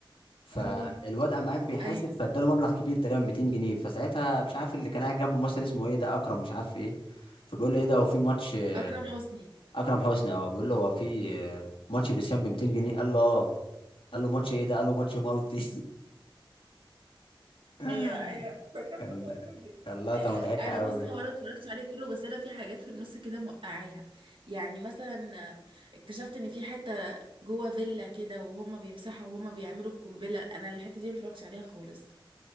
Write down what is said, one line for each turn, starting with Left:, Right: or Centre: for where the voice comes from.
Left: فالواد
Right: اه
Left: قام قايم بيحاسب
Right: ايوه
Left: فاداله مبلغ كبير تقريبا 200 جنيه فساعتها مش عارف اللي كان قاعد جنبه ممثل اسمه ايه ده اكرم مش عارف ايه فبيقول له ايه ده هو في ماتش آه،
Right: اكرم حسني
Left: اكرم حسني اه بيقول له هو في آه، ماتش بلسان ب 200 جنيه قال له اه قال له ماتش ايه ده قال له ماتش مالتي <laughs>
Right: ايوه ايوه فاكرة
Left: كان
Right: اللقطة دي
Left: كان لقطه مضحكه
Right: انا
Left: قوي
Right: بص هو انا ما اتفرجتش عليه كله بس انا في حاجات في النص كده موقعاها يعني مثلا آه، اكتشفت ان في حته جوه فيلا كده وهما بيمسحوا وهما بيعملوا القنبله انا الحته دي ما اتفرجتش عليها خالص